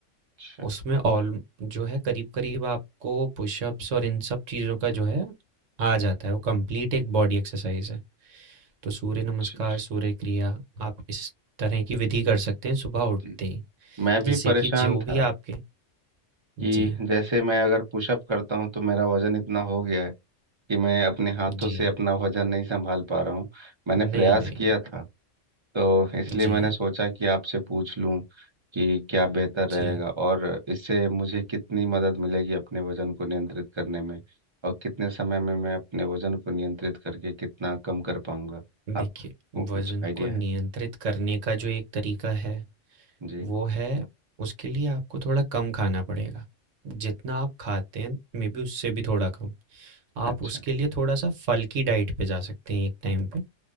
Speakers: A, on the right; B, on the right.
A: अच्छा
B: उसमें ऑल जो है करीब-करीब आपको पुशअप्स और इन सब चीज़ों का जो है, आ जाता है, वो कंप्लीट एक बॉडी एक्सरसाइज़ है। तो सूर्य नमस्कार,
A: अच्छा अच्छा
B: सूर्य क्रिया, आप इस तरह की विधि कर सकते हैं सुबह उठते
A: जी
B: ही,
A: मैं भी
B: जिससे
A: परेशान
B: कि जो
A: था
B: भी आपके जी,
A: कि जैसे मैं अगर पुशअप करता हूँ तो मेरा वजन इतना हो गया है कि मैं अपने हाथों
B: जी।
A: से अपना वजन नहीं संभाल पा रहा हूँ मैंने प्रयास
B: नहीं, नहीं,
A: किया
B: नहीं।
A: था तो इसलिए
B: जी,
A: मैंने सोचा कि आपसे पूछ लूँ कि क्या बेहतर रहेगा
B: जी।
A: और इससे मुझे कितनी मदद मिलेगी अपने वजन को नियंत्रित करने में और कितने समय में मैं अपने वजन को नियंत्रित करके कितना कम कर पाऊंगा
B: देखिए,
A: आपको कुछ
B: वज़न
A: आइडिया
B: को नियंत्रित
A: है
B: करने का जो एक तरीका है
A: जी
B: वो है उसके लिए आपको थोड़ा कम खाना पड़ेगा जितना आप खाते हैं मे बी उससे भी थोड़ा कम
A: अच्छा
B: आप उसके लिए थोड़ा सा फल की डाइट पे जा सकते हैं एक टाइम पे